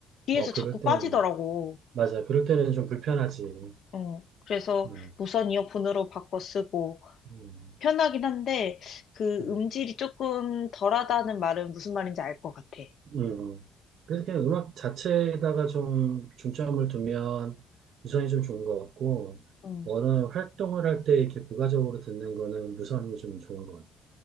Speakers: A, on the left; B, on the right.
A: 뒤에서
B: 어, 그럴
A: 자꾸
B: 때는,
A: 빠지더라고.
B: 맞아. 그럴 때는 좀 불편하지. 음,
A: 어, 그래서
B: 음,
A: 무선 이어폰으로 바꿔 쓰고
B: 음,
A: 편하긴 한데 그
B: 음.
A: 음질이 조금 덜하다는 말은 무슨 말인지 알 것 같아.
B: 음. 그래서 그냥 음악 자체에다가 좀 중점을 두면 유선이 좀 좋은 것 같고,
A: 음,
B: 어느 활동을 할 때 이렇게 부가적으로 듣는 거는 무선이 좀 좋은 것 같아.